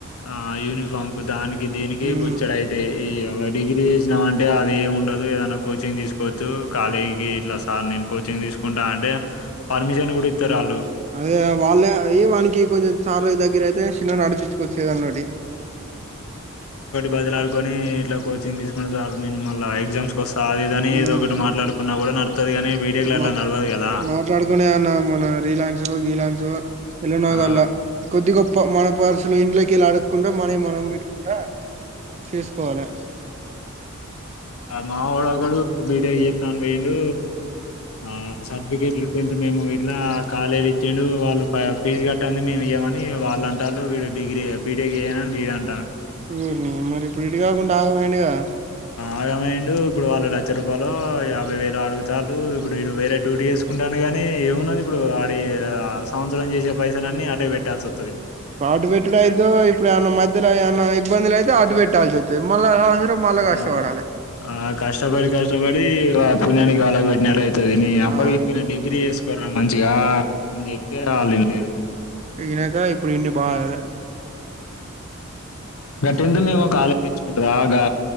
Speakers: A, on the left (about 85°); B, on the right (about 30°).
A: ఆ యూనిఫామ్ కు దానికి దీనికి
B: ఉమ్
A: బొచ్చడయితయ్ ఈ ఎవ్వ డిగ్రీ చేసినామంటే అది ఏమి ఉండదు ఏదనా కోచింగ్ తీసుకోవచ్చు కాలేజీకి ఇట్లా సార్ని నే కోచింగ్ తీసుకుంటా అంటే పర్మిషన్ కూడా ఇత్తరు వాళ్ళు
B: అదే వాళ్ళ అయ వానికి కొంచెం సారో దగ్గర అయితే చిన్న నడిపించుకొచ్చు ఏదో ఒకటి
A: బదిలడుకొని ఇట్లా కోచింగ్ తీసుకున్న చాలు నేను మళ్ళ ఎగ్జామ్ సాదిదని
B: ఉమ్
A: ఏదో ఒకటి మాట్లాడుకున్నా కూడా నడుతది కానీ బీటెక్లో అట్లా
B: మా
A: నడవదు కదా
B: మాట్లాడుకునే అన్న మన రీలా గీలాన్సు ఎలానో
A: ఆ
B: గల్ల కొద్ది గొప్ప మ వరుసులు ఇండ్లకెళ్ళి అడగకుండా మనవి మనం పెట్టుకుంటా చేసుకోవాలి
A: మా వొడోకడు బిటెక్ చేత్త అన్ బోయిండు ఆ సర్టిఫికేట్లు టెన్త్ మేము ఇట్లా కాలేజీల ఇచ్చిండు వాళ్ళు ఫీజు కట్టండి మేము ఇయ్యమని వాళ్ళంటాలు వీడు డిగ్రీ బీటేక్ చేయనని వీడం
B: ఓరిని మరి ఇప్పుడు ఎటు కాకుండా ఆగమయిండుగా
A: ఆగమైండు ఇప్పుడు వాళ్ళు లక్ష రూపాయలు యాభై వేలు అడుగుతాలు ఇప్పుడు వీడు వేరే డ్యూటీ చేసుకుంటా నేగాని ఏమున్నది ఇప్పుడు ఆడి ఆ సంవత్సరం చేసే పైసలన్నీ అటే పెట్టాల్సి వస్
B: ఆటు పెట్టడం అయిద్దో ఇప్పుడు ఏమన్న మధ్యలో ఏమన్న ఇబ్బందులయితే అటు పెట్టాల్సి వ మల్ల సంవత్సరం మళ్ళా కష్టపడాలి
A: ఆ ఆ కష్టపడి కష్టపడి ఆ పుణ్యానికి వాళ్ళకి పెట్టినట్టుయితది నే అప్పటికి
B: ఆ
A: చెప్పిన డిగ్రీ చేస్ చేస్కోరా మంచిగా అని చెప్తే ఆళ్ళు వినలేరు
B: వినక ఇప్పుడు ఇన్ని బాగా
A: గ టెన్త్ మెమో కార్డు తెచ్చుకుంటర గా